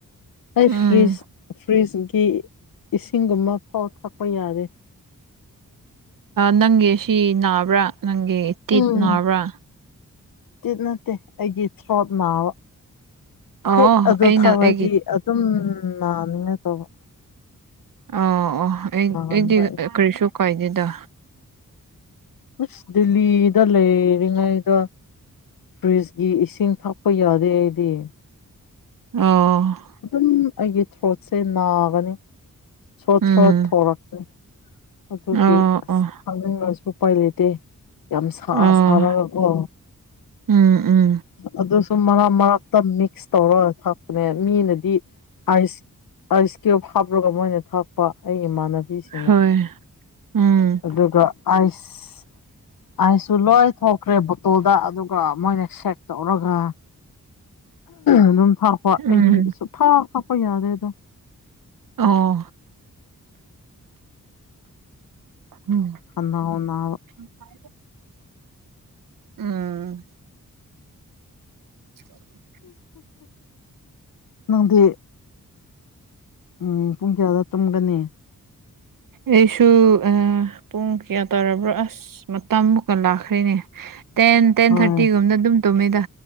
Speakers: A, on the left; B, on the right.
A: ꯑꯩ
B: ꯎꯝ
A: ꯐꯔꯤꯁ ꯐ꯭ꯔꯤꯖꯀꯤ ꯏꯁꯤꯡꯒꯨꯝꯕ ꯐꯥꯎ ꯊꯥꯛꯄ ꯌꯥꯗꯦ
B: ꯅꯪꯒꯤ ꯁꯤ ꯅꯥꯕ꯭ꯔꯥ ꯅꯪꯒꯤ ꯇꯤꯠ
A: ꯎꯝ
B: ꯅꯥꯕ꯭ꯔꯥ
A: ꯇꯤꯠ ꯅꯠꯇꯦ ꯑꯩꯒꯤ ꯊ꯭ꯔꯣꯠ ꯅꯥꯕ
B: ꯑꯣ
A: ꯍꯦꯛ ꯑꯗꯨ
B: ꯑꯩꯅ
A: ꯊꯥꯑꯗꯤ
B: ꯑꯩꯒꯤ
A: ꯑꯗꯨꯝ ꯅꯅꯤꯡꯉꯥꯢ ꯇꯧꯕ
B: ꯑ ꯑꯣ ꯑꯩ
A: ꯅꯥꯒꯟꯕ
B: ꯑꯩꯗꯤ
A: ꯑꯩ
B: ꯀꯔꯤꯁꯨ ꯀꯥꯏꯗꯦꯗ
A: ꯍꯩꯁ ꯗꯦꯜꯂꯤꯗ ꯂꯩꯔꯤꯉꯩꯗꯣ ꯐ꯭ꯔꯤꯖꯀꯤ ꯏꯁꯤꯡ ꯊꯛꯄ ꯌꯥꯗꯦ ꯑꯩꯗꯤ
B: ꯑꯣ
A: ꯑꯗꯨꯝ ꯑꯩꯒꯤ ꯊ꯭ꯔꯣꯠꯁꯦ ꯅꯥꯒꯅꯤ ꯊ꯭ꯔꯣ
B: ꯎꯝ
A: ꯊꯣꯔꯛꯀꯅꯤ ꯑꯗꯨꯒꯤ
B: ꯑꯣ
A: ꯑꯁ
B: ꯑꯣ
A: ꯊꯥꯅꯤꯡꯉꯁꯨ ꯎꯄꯥꯏ ꯂꯩꯇꯦ ꯌꯥꯝ ꯁꯥ
B: ꯑꯣ
A: ꯁꯥꯔꯒꯀꯣ
B: ꯎꯝ ꯎꯝ
A: ꯑꯗꯨꯁꯨ ꯃꯔꯛ ꯃꯔꯛꯇ ꯃꯤꯛꯁ ꯇꯧꯔꯒ ꯊꯛꯄꯅꯦ ꯃꯤꯅꯗꯤ ꯑꯥꯏꯁ ꯑꯥꯏꯁ ꯀ꯭ꯌꯨꯕ ꯍꯥꯞꯄꯒ ꯃꯣꯏꯅ ꯊꯥꯛꯄ ꯑꯩꯒꯤ ꯏꯃꯥꯟꯅꯕꯤꯁꯤꯡꯅ
B: ꯍꯣꯏ ꯎꯝ
A: ꯑꯗꯨꯒ ꯑꯥꯏꯁ ꯑꯩꯁꯨ ꯂꯣꯏ ꯊꯣꯛꯈ꯭ꯔꯦ ꯕꯣꯇꯜꯗ ꯑꯗꯨꯒ ꯃꯣꯏꯅ ꯁꯦꯛ ꯇꯧꯔꯒ ꯑꯗꯨꯝ ꯊꯥꯛꯄ
B: ꯎꯝ
A: ꯑꯩꯗꯤ ꯁꯨꯡꯊꯥꯛ ꯊꯥꯛꯄ ꯌꯥꯗ꯭ꯔꯦ ꯑꯗꯣ
B: ꯑꯣ ꯎꯝ
A: ꯈꯥꯅꯧ ꯅꯕꯥ
B: ꯎꯝ <inaudible> ꯎꯝ ꯎ <inaudible>
A: ꯅꯪꯗꯤ ꯎꯝ ꯄꯨꯡ ꯀꯌꯥꯗ ꯇꯨꯝꯒꯅꯤ
B: ꯑꯩꯁꯨ ꯄꯨꯡ ꯀꯌꯥ ꯇꯥꯔꯕ꯭ꯔꯣ ꯑꯁ ꯃꯇꯝ ꯃꯨꯛꯀ ꯂꯥꯛꯈ꯭ꯔꯦꯅꯦ ꯇꯦꯟ ꯇꯦꯟ
A: ꯍꯣꯏ
B: ꯊꯥꯔꯇꯤꯒꯨꯝꯅ ꯑꯗꯨꯝ ꯇꯨꯝꯃꯤꯗ